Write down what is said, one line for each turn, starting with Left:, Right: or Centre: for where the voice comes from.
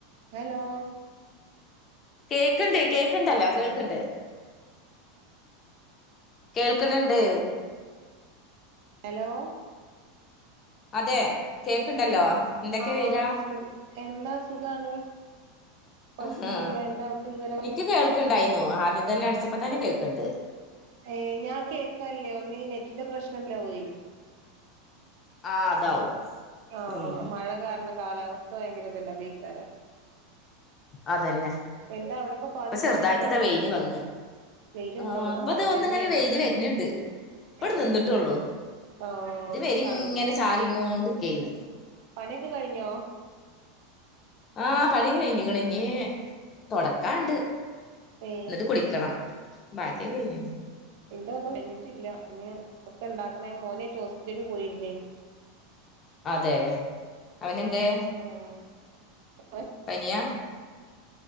Right: ഹലോ
Left: കേക്ക്‌ണ്ട് കേക്ക്‌ണ്ടല്ലോ കേൾക്ക്‌ണ്ട്. കേൾക്ക്‌ണ് ണ്ട്.
Right: ഹലോ
Left: അതെ കേക്ക്‌ണ്ടല്ലോ
Right: കേൾ
Left: എന്തൊക്കെ
Right: ആ
Left: വിരാ?
Right: എൻ- എന്താ സുഖാണ് കൊഴപ്പൊന്നുമില്ല
Left: അ ഹാ
Right: എന്താ അവിടുത്തെ വിവരമൊക്കെ
Left: നിക്ക് കേൾ ക്ക്‌ണ്ടായിന്നു ആദ്യം തന്നെ അടിച്ചപ്പോ തന്നെ കേക്ക്‌ണ്ട്.
Right: <unintelligible>
Left: ആ അതാവും.
Right: ആ
Left: ഉം
Right: മഴ കാരണം കാലാവസ്ഥ ഭയങ്കരതല്ലെ തെയ്ക്കാരം.
Left: അതന്നെ
Right: എന്താ അവിടൊക്കെ പാട്
Left: പ്പ ചെറുതായിട്ട്താ
Right: മഴ ഉണ്ടോ
Left: വെയില് വന്ന്.
Right: വെയിലുണ്ടോ
Left: ആ
Right: ഇവിടെ
Left: പ്പ
Right: മഴ
Left: തെ ഒന്ന്
Right: തന്നെയാണ്
Left: ങ്ങനെ വെയില് വര്ന്ണ്ട്. പ്പട്
Right: ഏ
Left: നിന്നിട്ടള്ളൂ
Right: ആ
Left: ത് വരിങ്ങനെ
Right: തണുപ്പും
Left: ചാറിങ്ങോണ്ട് ക്കെയ്നു.
Right: പണിയൊക്കെ കഴിഞ്ഞോ?
Left: ആ പണിക്കെ കഴിഞ്ഞക്ക്‌ണ് ഞ്ഞി തുടക്കാണ്ട്.
Right: ഏ
Left: ന്നിട്ട് കുളിക്കണം ബാക്കിയ് കഴ്ഞ്.
Right: ന്റെ ഒന്നും കഴിഞ്ഞിട്ടില്ല ഞ്ഞി ഒക്കെ ണ്ടാക്കണം ഞാൻ മോനേറ്റ് ഹോസ്പിറ്റലിൽ പോയിരുന്നേയ്.
Left: അതെ അവനെന്തേ?
Right: ആഹ് <unintelligible> <unintelligible>
Left: പനിയാ